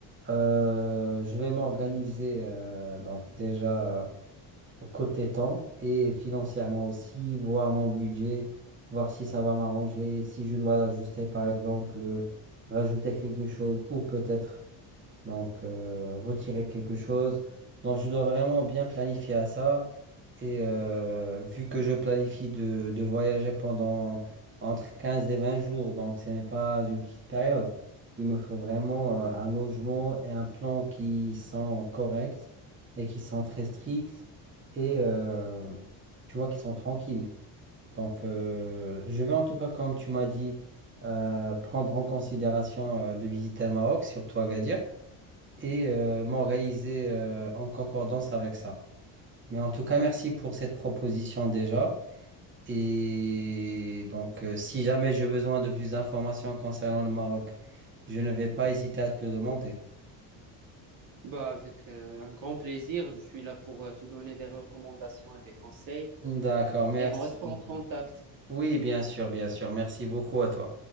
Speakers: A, on the right (about 25°); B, on the right (about 50°).
A: Euh, je vais m'organiser, euh, donc déjà côté temps et financièrement aussi, voir mon budget, voir si ça va m'arranger, si je dois l'ajuster par exemple, euh, rajouter quelque chose ou peut-être donc, euh, retirer quelque chose. Donc, je dois vraiment bien planifier à ça. Et euh, vu que je planifie de, de voyager pendant entre 15 et 20 jours, donc ce n'est pas une petite période, il me faut vraiment euh, un logement et un plan qui sont corrects et qui sont très stricts et euh, tu vois, qui sont tranquilles. Donc, euh, je vais en tout cas, comme tu m'as dit, euh, prendre en considération euh, de visiter le Maroc, surtout Agadir et euh, m'en réaliser euh, en concordance avec ça. Mais en tout cas, merci pour cette proposition déjà. Et donc, euh, si jamais j'ai besoin de plus d'informations concernant le Maroc, je ne vais pas hésiter à te le demander.
B: Bah, avec euh, un grand plaisir, je suis là pour euh, te donner des recommandations et des conseils.
A: D'accord, merci
B: Et on reste
A: beaucoup.
B: en contact.
A: Oui, bien sûr, bien sûr. Merci beaucoup à toi.